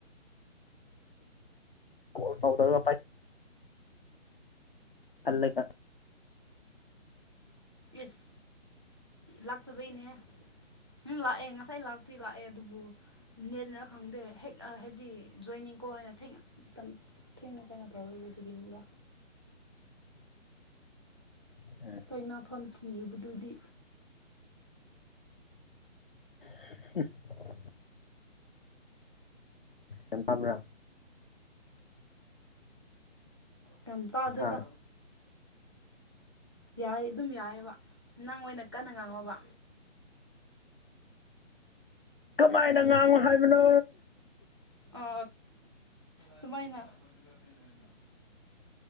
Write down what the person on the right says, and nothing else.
ꯌꯦꯁ ꯂꯥꯛꯇꯕꯩꯅꯦ ꯎꯝ ꯂꯥꯛꯑꯦ ꯉꯁꯥꯏ ꯉꯥꯏ ꯂꯥꯛꯇꯤ ꯂꯥꯛꯑꯦ ꯑꯗꯨꯕꯨ ꯅꯦꯅ ꯈꯪꯗꯦ ꯍꯦꯛ ꯍꯥꯏꯗꯤ ꯖꯣꯏꯅꯤꯡ ꯀꯣꯅ ꯊꯦꯡꯅ ꯃꯇꯝ ꯊꯦꯡꯅ ꯀꯩꯅꯣ ꯇꯧꯋꯦꯕ ꯑꯗꯨꯒꯤꯅꯤꯗ
ꯇꯣꯏꯅꯥꯐꯝ ꯊꯤꯕꯗꯨꯗꯤ
ꯀꯝ ꯄꯗꯦꯗ
ꯌꯥꯏꯌꯦ ꯑꯗꯨꯝ ꯌꯥꯏꯑꯕ ꯅꯪ ꯑꯣꯏꯅ ꯀꯟꯅ ꯉꯥꯡꯉꯣꯕ
ꯑ ꯇꯃꯥꯏꯅ ꯅꯤꯡ <unintelligible>